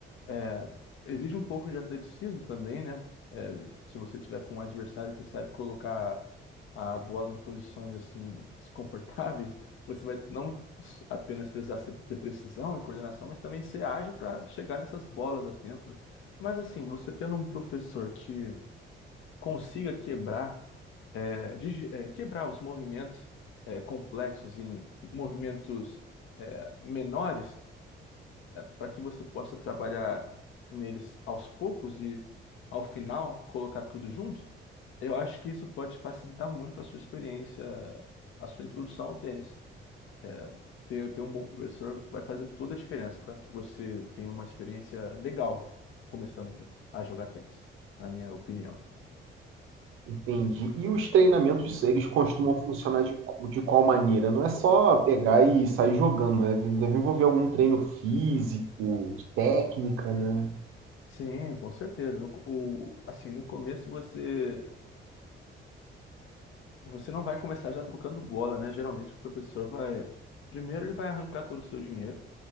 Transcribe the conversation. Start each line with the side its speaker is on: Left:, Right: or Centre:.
Left: é, exige um pouco de atleticismo também, né? É, se você tiver com um adversário que sabe colocar a bola em posições assim <laughs> desconfortáveis, você vai não apenas precisar ser- ter precisão e coordenação, mas também ser ágil para chegar nessas bolas a tempo, né? Mas assim, você tendo um professor que consiga quebrar, é, digi- é, quebrar os movimentos é, complexos em movimentos é, menores para que você possa trabalhar neles aos poucos e ao final colocar tudo junto, eu acho que isso pode facilitar muito a sua experiência, a sua introdução ao tênis. É, ter, ter um bom professor vai fazer toda a diferença para que você tenha uma experiência legal começando a jogar tênis, na minha opinião.
Right: Entendi. E os treinamentos, eles costumam funcionar de, de qual maneira? Não é só pegar e sair jogando, né? Deve envolver algum treino físico, de técnica, né?
Left: Sim, com certeza. No co- o, o- assim, no começo você você não vai começar já trocando bola, né? Geralmente o professor vai primeiro ele vai arrancar todo o seu dinheiro